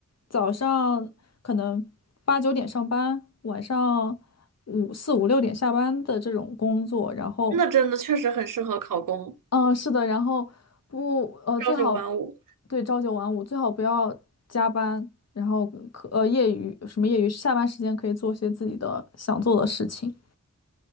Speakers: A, on the left; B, on the right.
A: 早上可能八九点上班，晚上五四五六点下班的这种工作，然后。
B: 那真的确实很适合考公，
A: 嗯，是的，然后不，呃，
B: 朝九晚五。
A: 最好对朝九晚五，最好不要加班，然后可呃业余什么业余，下班时间可以做些自己的想做的事情。